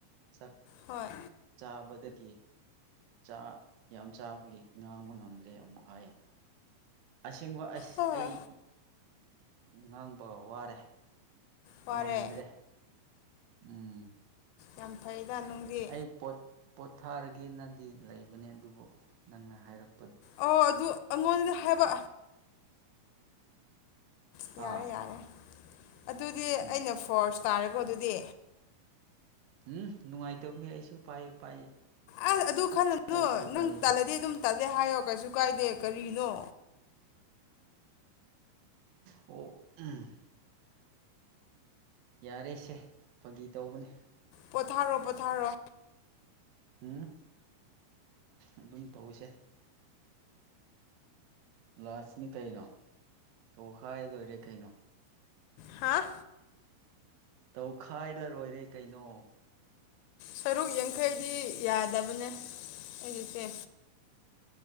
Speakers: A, on the right (about 80°); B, on the left (about 85°).
A: ꯆꯥꯛ
B: ꯍꯣꯏ
A: ꯆꯥꯕꯗꯗꯒꯤ ꯆꯥ ꯌꯥꯝ ꯆꯥꯕꯒꯤ ꯉꯥꯡꯕ ꯉꯝꯗ꯭ꯔꯦ ꯑꯃꯨꯛ ꯍꯥꯏꯌꯦ ꯑꯁꯦꯡꯕ ꯑꯁ
B: ꯍꯣꯏ
A: ꯑꯩ ꯉꯥꯡꯕ ꯋꯥꯔꯦ
B: ꯋꯥꯔꯦ
A: ꯉꯝꯗ꯭ꯔꯦ ꯎꯝ
B: ꯌꯥꯝ ꯐꯩꯗ ꯅꯨꯡꯗꯤ
A: ꯑꯩ ꯄꯣ ꯄꯣꯊꯥꯔꯒꯦꯅꯗꯤ ꯂꯩꯕꯅꯦ ꯑꯗꯨꯕꯨ ꯅꯪꯅ ꯍꯥꯏꯔꯛ
B: ꯑꯣ ꯑꯗꯨ ꯑꯩꯉꯣꯟꯗ ꯍꯥꯏꯕ ꯎ
A: ꯑꯥ
B: ꯌꯥꯔꯦ ꯌꯥꯔꯦ ꯑꯗꯨꯗꯤ
A: ꯎꯝ
B: ꯑꯩꯅ ꯐꯣꯔꯁ ꯇꯥꯔꯦꯀꯣ ꯑꯗꯨꯗꯤ
A: ꯎꯝ ꯅꯨꯡꯉꯥꯏꯇꯕꯒꯤ ꯑꯩꯁꯨ ꯄꯥꯏ ꯄꯥꯏ
B: ꯑꯁ ꯑꯗꯨ ꯈꯜꯂꯅꯨ
A: ꯄꯥꯏꯕꯤꯕꯅꯦꯗ
B: ꯅꯪ ꯇꯥꯜꯂꯗꯤ ꯑꯗꯨꯝ ꯇꯥꯗꯦ ꯍꯥꯏꯌꯣ ꯀꯩꯁꯨ ꯀꯥꯏꯗꯦ ꯀꯔꯤꯅꯣ
A: ꯑꯣ ꯎꯝ ꯌꯥꯔꯦꯁꯦ ꯐꯪꯒꯤ ꯇꯧꯕꯅꯦ
B: ꯄꯊꯥꯔꯣ ꯄꯊꯥꯔꯣ
A: ꯎꯝ ꯑꯗꯨꯝ ꯇꯧꯁꯦ ꯂꯥꯁꯁꯤꯅꯤ ꯀꯩꯅꯣ ꯇꯣꯈꯥꯏ ꯂꯣꯏꯔꯦ ꯀꯩꯅꯣ
B: ꯍꯥ
A: ꯇꯧꯈꯥꯏꯂꯔꯣꯏꯔꯦ ꯀꯩꯅꯣ
B: ꯁꯔꯨꯛ ꯌꯥꯡꯈꯩꯗꯤ ꯌꯥꯗꯕꯅꯦ ꯍꯧꯖꯤꯛꯁꯦ